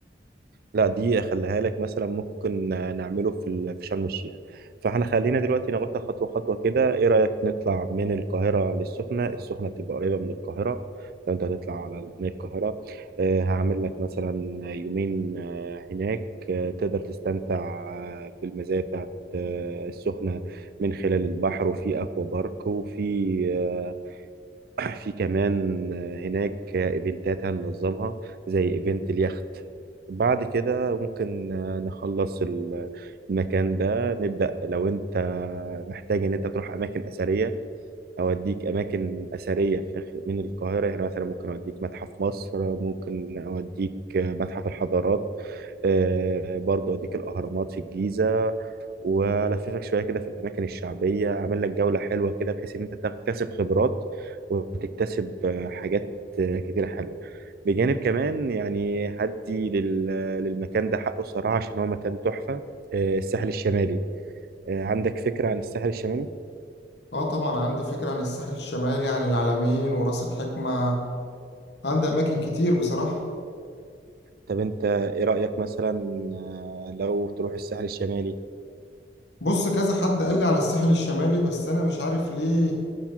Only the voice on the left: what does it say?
اه طبعا عندي فكرة عن الساحل الشمالي عن العلمين وراس الحكمة عندي أماكن كتير بصراحة
بص كذا حد قال لي على الساحل الشمالي بس أنا مش عارف ليه